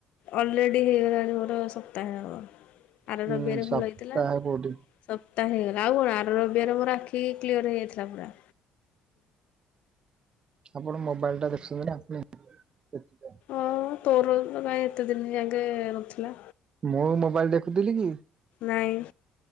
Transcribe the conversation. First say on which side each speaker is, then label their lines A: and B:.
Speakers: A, on the left; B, on the right.
A: ଅଲରେଡି ହେଇଗଲାଣି ମୋର ସପ୍ତାହେ ହବ ଆର
B: ହୁଁ
A: ରବିବରେ
B: ସପ୍ତାହ
A: ଭଲ ହେଇଥିଲା।
B: କୋଉଠି
A: ସପ୍ତାହ ହେଇଗଲା ଆଉ କଣ ଆର ରବିବରେ ମୋର ଆଖିକି କ୍ଲିଅର ହେଇଯାଇଥିଲା ପୁରା।
B: ଆପଣ ମୋବାଇଲ ଟା ଦେଖୁଛନ୍ତି ନା ସେଥି ପାଇଁ।
A: ଓଁ ତୋର ଭାଇ ଏତେ ଦିନ ଯାକେ ନଥିଲା।
B: ମୋ ମୋବାଇଲ ଦେଖୁଥିଲି କି।
A: ନାଇଁ।